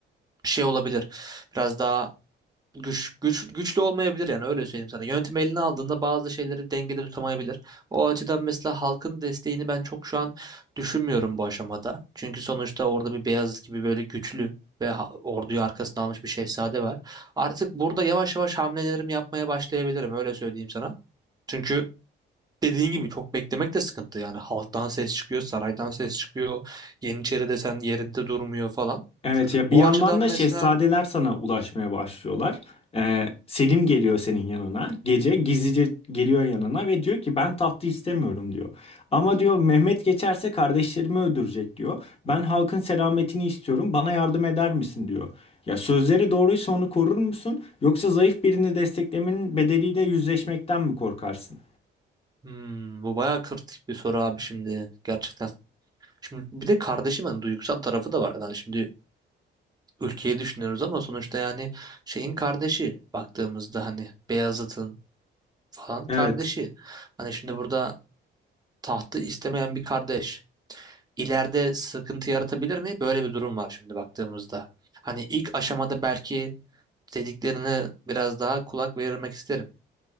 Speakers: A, on the right (about 20°); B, on the left (about 30°).
A: şey olabilir. Biraz daha güç, güç güçlü olmayabilir yani öyle söyleyeyim sana. Yönetim eline aldığında bazı şeyleri dengede tutamayabilir. O açıdan mesela halkın desteğini ben çok şu an düşünmüyorum bu aşamada. Çünkü sonuçta orada bir Beyazıt gibi böyle güçlü ve ha- orduyu arkasına almış bir şehzade var. Artık burada yavaş yavaş hamlelerimi yapmaya başlayabilirim öyle söyleyeyim sana. Çünkü Dediğin gibi çok beklemek de sıkıntı yani halktan ses çıkıyor, saraydan ses çıkıyor, Yeniçeri desen yerinde durmuyor falan.
B: Evet ya
A: O
B: bir yandan
A: açıdan mesela
B: da şehzadeler sana ulaşmaya başlıyorlar. Ee, Selim geliyor senin yanına. Gece gizlice geliyor yanına ve diyor ki ben tahtı istemiyorum diyor. Ama diyor Mehmet geçerse kardeşlerimi öldürecek diyor. Ben halkın selametini istiyorum. Bana yardım eder misin diyor. Ya sözleri doğruysa onu korur musun? Yoksa zayıf birini desteklemenin bedeliyle yüzleşmekten mi korkarsın?
A: Hmm, bu bayağı kritik bir soru abi şimdi gerçekten. Şimdi bir de kardeşi ben duygusal tarafı da var. Yani şimdi ülkeyi düşünüyoruz ama sonuçta yani şeyin kardeşi baktığımızda hani Beyazıt'ın falan
B: Evet.
A: kardeşi. Hani şimdi burada tahtı istemeyen bir kardeş ileride sıkıntı yaratabilir mi? Böyle bir durum var şimdi baktığımızda. Hani ilk aşamada belki dediklerine biraz daha kulak verilmek isterim.